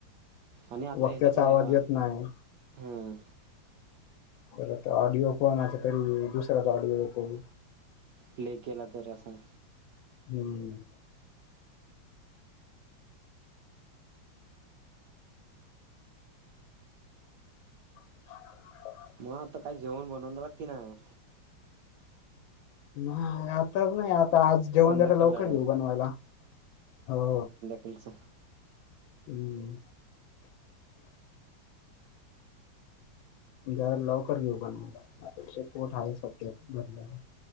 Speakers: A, on the right (about 65°); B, on the left (about 80°).
A: आणि आता
B: वक्त्यांचा
A: ह्याच्यात
B: आवांज येतं नाहीं.
A: हं
B: परंत ऑडिओ कोणांचा तरी दुसऱ्यांचा ऑडिओ येतो.
A: प्ले केलां तरं असां.
B: हम्मं हो
A: मंग आंता कांहीं जेवणं बनवणांर की नाहीं?
B: नाहीं आंता नाहीं आंता आंज जेवणं
A: संध्याकाळला
B: जरां लवकरं
A: डायरेक्ट
B: घेऊं बनवांयला हो.
A: येलंस.
B: हम्मं ज्यांला लवकरं घेऊं बनवांला नातांचे पोट आहे संध्या भरलेवर.